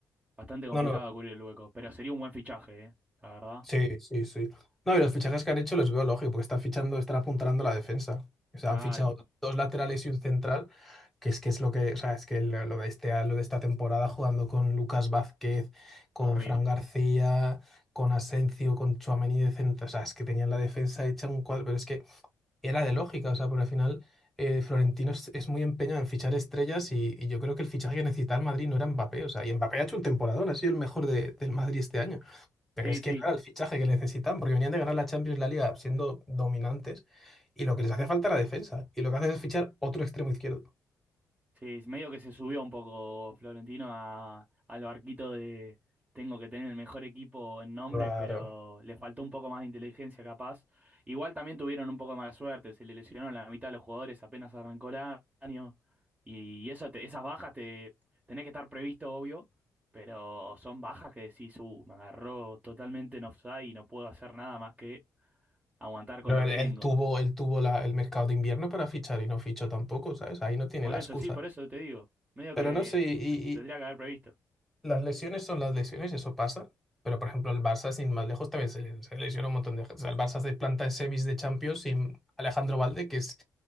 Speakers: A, on the right; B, in the centre.
A: Bastante complicado
B: No, no,
A: cubrir el hueco. Pero sería un buen fichaje, ¿eh? La verdad.
B: Sí, sí, sí. No, y los fichajes que han hecho los veo lógico, porque están fichando, están apuntalando la defensa. O sea,
A: Caro.
B: han fichado dos laterales y un central, que es que es lo que, o sea, es que lo, lo de este, lo de esta temporada jugando con Lucas Vázquez, con
A: Horrible.
B: Fran García, con Asencio, con Tchouaméni de centro, o sea, es que tenían la defensa hecha un cuadro, pero es que era de lógica, o sea, porque al final eh, Florentino es, es muy empeñado en fichar estrellas y, y yo creo que el fichaje que necesitaba el Madrid no era Mbappé, o sea, y Mbappé ha hecho un temporadón, ha sido el mejor de- del Madrid este año. Pero
A: Sí,
B: es que
A: sí.
B: no era el fichaje que necesitaban, porque venían de ganar la Champions y la Liga siendo dominantes, y lo que les hace falta era defensa, y lo que hace es fichar otro extremo izquierdo.
A: Sí, es medio que se subió un poco Florentino a, al barquito de tengo que tener el mejor equipo en nombres,
B: Claro.
A: pero le faltó un poco más de inteligencia capaz. Igual también tuvieron un poco de mala suerte, se le lesionaron la mitad de los jugadores apenas arrancó el año y eso te- esas bajas te tenés que estar previsto, obvio, pero son bajas que decís, uh, me agarró totalmente en offside y no puedo hacer nada más que aguantar
B: Pero
A: con lo
B: él,
A: que
B: él
A: tengo.
B: tuvo, él tuvo la- el mercado de invierno para fichar y no fichó tampoco, ¿sabes? Ahí no tiene
A: Por
B: la
A: eso,
B: excusa.
A: sí, por eso te digo, medio
B: Pero
A: que
B: no sé, y,
A: t- tendría que haber previsto.
B: Las lesiones son las lesiones, eso pasa. Pero, por ejemplo, el Barça, sin más lejos, también se, le- se lesionó un montón de gente. O sea, el Barça se planta en semis de Champions sin Alejandro Valde, que es